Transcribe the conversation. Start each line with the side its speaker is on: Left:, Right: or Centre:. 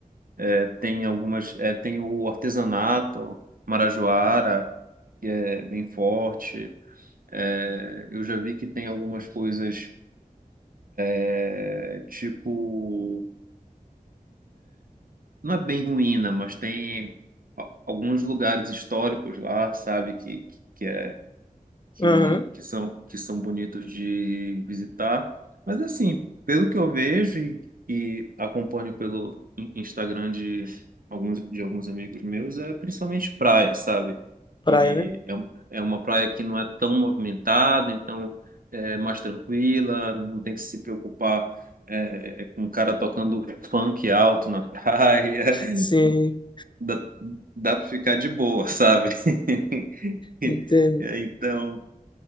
Right: é, tem algumas, é, tem o artesanato, Marajoara, é bem forte. É, eu já vi que tem algumas coisas, é, tipo, não é bem ruína, mas tem a- alguns lugares históricos lá, sabe, que, que é que,
Left: Aham,
Right: que são, que são bonitos de visitar. Mas assim, pelo que eu vejo e, e acompanho pelo in- Instagram de alguns, de alguns amigos meus, é principalmente praia, sabe?
Left: praia,
Right: E
Left: né?
Right: é, um- é uma praia que não é tão movimentada, então é mais tranquila, não tem que se preocupar é, é, com um cara tocando funk alto na praia. <laughs>
Left: Sim,
Right: Dá, dá para ficar de boa, sabe? <laughs>
Left: entendo.
Right: Então,